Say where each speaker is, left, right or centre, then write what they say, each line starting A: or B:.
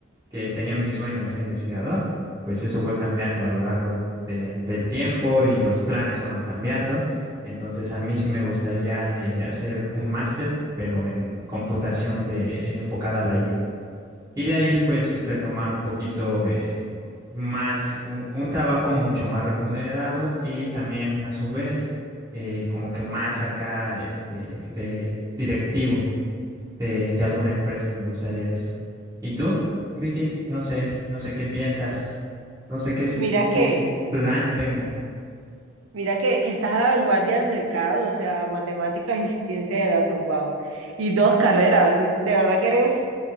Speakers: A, on the right (about 15°); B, on the right (about 75°).
A: que tenía mi sueño de ser investigador, pues eso fue cambiando a lo largo de- del tiempo y los planes fueron cambiando. Entonces a mí sí me gustaría eh, hacer un máster, pero en computación de, enfocada a la IA. Y de ahí pues retomar un poquito eh, más, un, un trabajo mucho más remunerado y también a su vez eh, como que más acá este, de directivo de, de alguna empresa, me gustaría eso. ¿Y tú, Vicky? No sé, no sé qué piensas, no sé qué, s-
B: Mira
A: qué
B: que,
A: plan tengas.
B: mira que, que estás a la vanguardia del mercado, o sea, matemáticas y ciencia de datos, wow. Y dos carreras, es- de verdad que eres